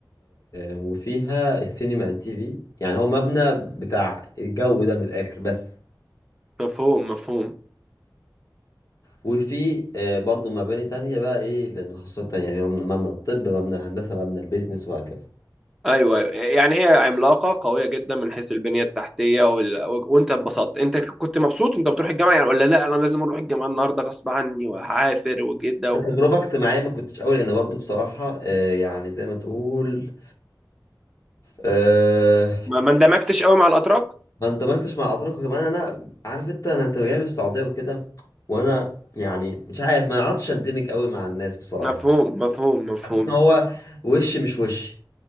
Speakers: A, on the left; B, in the centre.
A: وفيها السينما اند تي في يعني هو مبنى بتاع الجو ده من الاخر بس
B: مفهوم مفهوم
A: وفي آه، برضو مباني تانية بقى ايه للتخصصات تانية يعني مبنى مبنى الطب مبنى الهندسة مبنى البيزنس وهكذا
B: ايوه ايوه يعني هي عملاقة قوية جدا من حيث البنية التحتية وال... و- وانت اتبسطت انت كنت مبسوط انت بتروح الجامعة يعني ولا لا انا لازم اروح الجامعة النهاردة غصب عني وهعافر وكده و...
A: تجربة اجتماعية ما كنتش قوي لان برضو بصراحة آه، يعني زي ما تقول آه،
B: ما ما اندمجتش قوي مع الاتراك
A: ما اندمجتش مع اتراك وكمان انا عارف انت انا انت جاي من السعوديه وكده وانا يعني مش عارف ما عرفتش اندمج قوي مع الناس بصراحه
B: مفهوم مفهوم مفهوم
A: حسيت ان هو وش مش وش